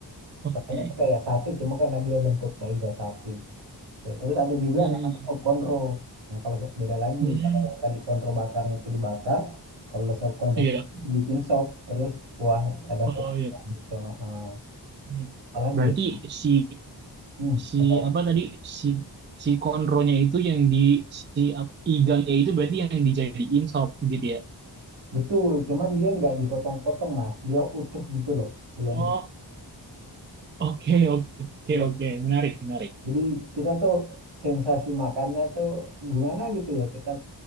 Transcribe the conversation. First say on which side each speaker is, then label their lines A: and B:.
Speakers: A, on the right; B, on the right.
A: Oke.
B: rasanya tuh kayak sate, cuma karena dia bentuknya iga sapi. Tuh, Terus ada juga
A: Hmm.
B: namanya sop konro. Nah, kalau sop- beda lagi,
A: Hmm.
B: kalau yang tadi konro bakarnya itu dibakar, kalau sop konro
A: Iya.
B: bikin sop, terus kuah ada
A: Oh
B: kuah
A: ya.
B: gitu. Heeh.
A: Hmm.
B: apalagi?
A: Berarti
B: ya?
A: si
B: Hmm,
A: si
B: apalagi?
A: apa tadi si si konronya itu yang di si apa, iganya itu berarti yang dijadiin sop gitu ya.
B: Betul, cuman dia nggak dipotong-potong, Mas. Dia utuh gitu loh, belum.
A: Oh, oke oke
B: Iya,
A: oke menarik menarik.
B: jadi kita tuh sensasi makannya tuh gimana gitu ya. Kita